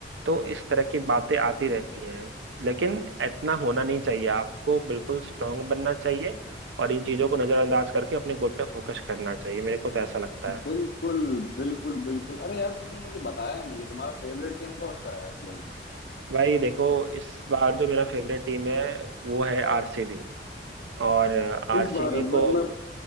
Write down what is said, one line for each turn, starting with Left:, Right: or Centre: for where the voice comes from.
Right: तो इस तरह की बातें आती रहती हैं लेकिन इतना होना नहीं चाहिए आपको बिल्कुल स्ट्रांग बनना चाहिए और इन चीजों को नजरअंदाज करके अपने गोल पे फोकस करना चाहिए मेरे को तो ऐसा लगता है
Left: बिल्कुल बिल्कुल बिल्कुल अरे यार तुमने मुझे बताया नहीं कि तुम्हारा फेवरेट टीम कौन सा है आईपीएल
Right: भाई देखो इस बार जो मेरा फेवरेट टीम है वो है आरसीबी और आरसीबी
Left: में इस बार
Right: को
Left: मतलब